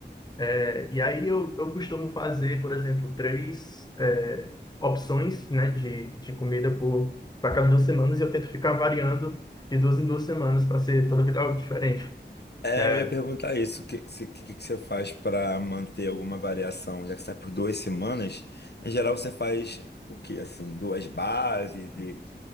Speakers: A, on the left; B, on the left.
A: É, e aí eu, eu costumo fazer, por exemplo, três é, opções, né, de, de comida por para cada duas semanas e eu tento ficar variando de duas em duas semanas para ser toda vida algo diferente.
B: É,
A: É,
B: eu ia perguntar isso, o que, se- que, que você faz para manter alguma variação, já que você sai por duas semanas, em geral você faz o quê, assim, duas bases e